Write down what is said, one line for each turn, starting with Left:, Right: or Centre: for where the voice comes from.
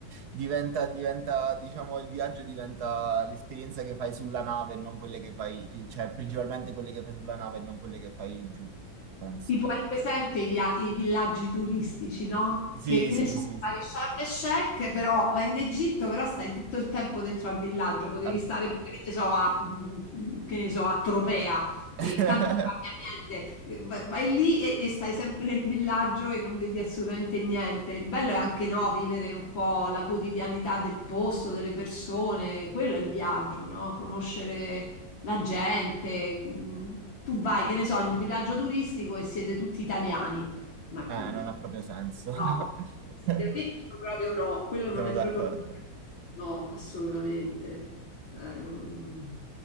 Right: diventa, diventa, diciamo, il viaggio diventa l'esperienza che fai sulla nave e non quelle che fai, cioè principalmente quelle che fai sulla nave e non quelle che fai giù, penso.
Left: Tipo, hai presente i, via- i villaggi turistici, no?
Right: Sì,
Left: Che, che
Right: sì,
Left: ne so,
Right: sì,
Left: vai
Right: sì.
Left: a Sharm el Sheikh, però vai in Egitto, però stai tutto il tempo dentro al villaggio, potevi
Right: Al-
Left: stare pure, che ne so, a, mm, che ne so, a Tropea, e
Right: <laughs>
Left: tanto non cambia niente. Vai, vai lì e, e stai sempre nel villaggio e non vedi assolutamente niente. Il bello è anche, no, vivere un po' la quotidianità del posto, delle persone, quello è il viaggio, no? Conoscere la gente. mm, Tu vai,
Right: Sì.
Left: che ne so, in un villaggio turistico e siete tutti italiani. Ma
Right: Eh,
Left: mm,
Right: non ha proprio senso.
Left: no,
Right: <laughs>
Left: per me quello proprio no, quello non
Right: Sono
Left: è
Right: d'accordo.
Left: proprio una vacanza. No, assolutamente. Eh, non-